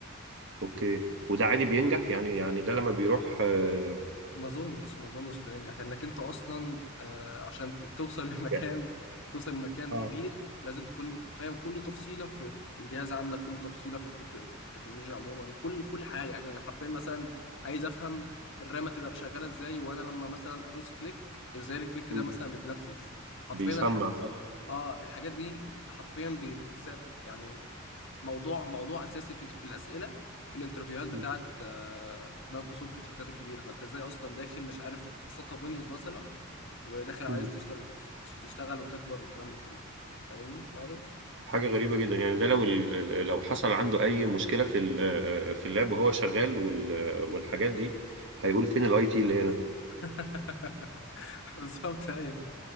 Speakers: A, on the right; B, on the left.
A: اوكي وده عادي بينجح يعني يعني ده لما بيروح آه،
B: ما اظنش ما اظنش بينجح لانك انت اصلا آه، عشان ت- توصل <laughs> لمكان
A: يعني
B: توصل لمكان
A: اه
B: كبير لازم تكون فاهم كل تفصيله في في الجهاز عندك كل تفصيله في التك... في التكنولوجيا عموما كل كل حاجه يعني انا حرفيا مثلا عايز افهم الرامه تبقى شغاله ازاي وانا لما مثلا ادوس كليك ازاي الكليك
A: مم.
B: ده مثلا بيتنفذ حرفيا
A: بيسمع
B: الح...
A: صح
B: اه الحاجات دي حرفيا ب- بتتساب يعني موضوع موضوع اساسي في, في الاسئله في الانترفيوهات بتاعت
A: مم.
B: آه، مايكروسوفت والشركات الكبيره فانت ازاي اصلا داخل مش عارف تسطب ويندوز مثلا وداخل عايز
A: مم.
B: تشتغل تشتغل وتكبر والكلام ده كله فاهمني خالص
A: حاجة غريبة جدا يعني ده لو ال- لو حصل عنده أي مشكلة في ال- في اللاب وهو شغال وال- والحاجات دي هيقول فين الاي تي اللي هنا
B: <laughs> بالظبط ايوه